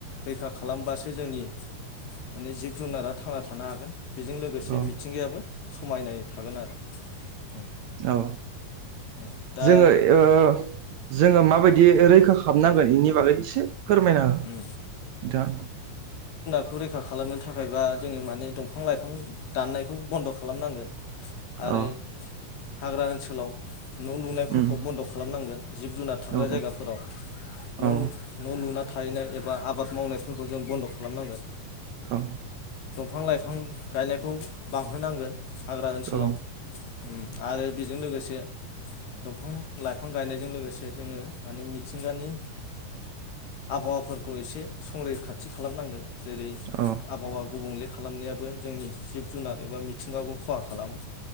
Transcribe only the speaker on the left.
रैखा खालामबासो जोंनि माने जिब जुनारा थांना थानो हागोन। बेजों लोगोसे
मिथिंगायाबो। समायनाय थागोन आरो उम
उम दा
उम खौ रैखा खालामनो थाखायबा जोङो माने दंफां लाइफां दाननायखौ बन्द खालामनांगोन। आरो
हाग्रा ओनसोलाव। न लुनायफोरखौ
बन्द खालामनांगोन जिब जुनार थाग्रा
जायगाफोराव न
लुना। एबा आबाद मावनायफोरखौ जों बन्द खालामनांगोन।
दंफां लाइफां गायनायखौ बांहोनांगोन। हाग्रा ओनसोलाव
उम आरो बेजों लोगोसे। दंफां लाइफां गायनायजों लोगोसे जोङो माने मिथिंगानि आबहावाफोरखौ एसे संरैखाथि खालामनांगोन। जेरै
आबहावा गुबुंले खालामनायाबो जोंनि जिब जुनार एबा मिथिंगाखौ खहा खालामो।